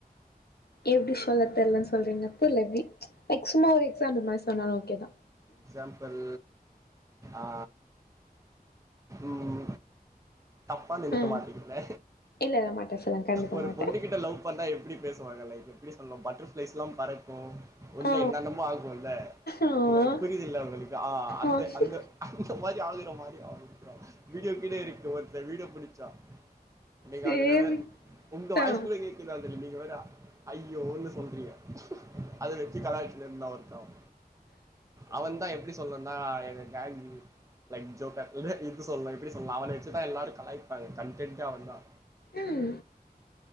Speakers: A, on the left; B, on the right.
A: எப்டி சொல்ல தெர்லன்னு சொல்றீங்க இப்ப லேவ்வி லைக் சும்மா ஒரு எக்ஸாம்பில் மாரி சொன்னாலு ஓகேதா
B: எக்ஸாம்பள் ஆ ம் தப்பா நெனைக்க
A: ஆ
B: மாட்டிக்கல்ல
A: இல்ல இல்ல மாட்ட சொல்லுங்க கண்டிப்பா
B: ஒரு
A: மாட்ட
B: பொண்ணு கிட்ட லவ் லவ் பண்ணா எப்டி பேசுவாங்கல்ல இப்போ எப்டி சொல்னு பட்டர்ஃபிளைஸ்லா பறக்கு உள்ள
A: ஆ
B: என்னென்னமோ ஆகு உள்ள
A: ஆ
B: உங்க புரியிதுங்கலா உங்களுக்கு ஆ அந்த
A: ஆ
B: அந்த அந்த மாரி ஆளுங்கிட்ட மாட்டிகினு அவுங்களுக்கு க வீடியோ கீழே இருக்கு ஒருத்த வீடியோ புடிச்சா நீங்க
A: சேரி
B: அதுல வேற உங்க
A: தா
B: வாய்ஸ் கூட கேக் க்குது அதுல நீங்க வேற ஐயோன்னு சொல்றீங்க அத வெச்சு கலாச்சினு இருந்தா ஒருத்தே அவே அவன் தா எப்டி சொல்லான் தா எங்க எங்க கேங்கி லைக் ஜோக்கர் இல்ல இது சொல்லா எப்டி சொல்லா அவன வெச்சிதா எல்லாரு கலாய்ப்பாங்க கன்டென்டே அவே தா
A: உம்